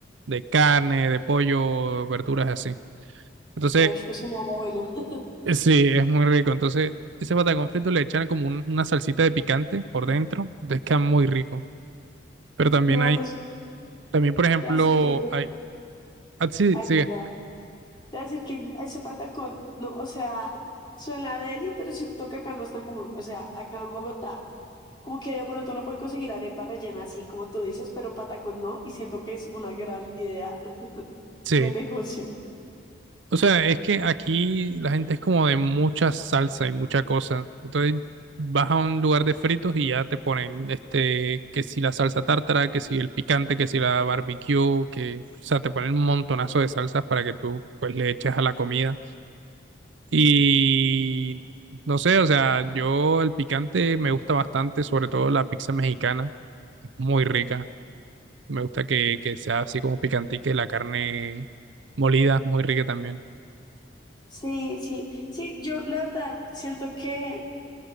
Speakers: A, on the right; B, on the left.
A: de carne, de pollo, verduras así. Entonces,
B: Uy, pues un abuelo. <laughs>
A: eh, sí, es muy rico. Entonces, ese patacón frito le echan como un- una salsita de picante por dentro, entonces queda muy rico. Pero también
B: No,
A: hay
B: pues
A: También, por ejemplo,
B: te voy a decir que.
A: hay... ah, sí,
B: Ay,
A: sigue.
B: perdón. Te voy a decir que ese patacón, no, o sea, suena deli, pero siento que acá no es tan común. O sea, acá en Bogotá, como que de pronto uno puede conseguir arepa rellena así como tú dices, pero patacón no, y siento que es una gran idea <laughs>
A: Sí.
B: de negocio.
A: O sea, es que aquí la gente es como de mucha salsa y mucha cosa. Entonces vas a un lugar de fritos y ya te ponen este, que si la salsa tártara, que si el picante, que si la barbecue, que, o sea, te ponen un montonazo de salsas para que tú pues le eches a la comida. Y no sé, o sea, yo el picante me gusta bastante, sobre todo la pizza mexicana, es muy rica. Me gusta que, que sea así como picantique, la carne molida, muy rica también.
B: Sí, sí, sí, yo la verdad siento que,